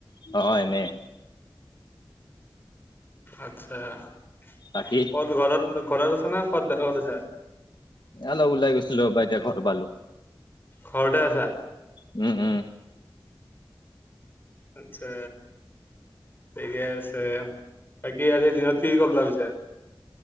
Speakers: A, on the left; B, on the left.
A: অহ এনেই
B: আচ্ছা,
A: বাকী
B: ক'ত ঘৰত, ঘৰত আছা না ক'ত বেলেগত আছা?
A: অলপ ওলাই ৰবা এতিয়া ঘৰ‌ সোমালোঁ।
B: ঘৰতে আছা
A: উম উম।
B: আচ্ছা ঠিকে আছে, বাকী আজি দিনত কি কৰলা পিছে?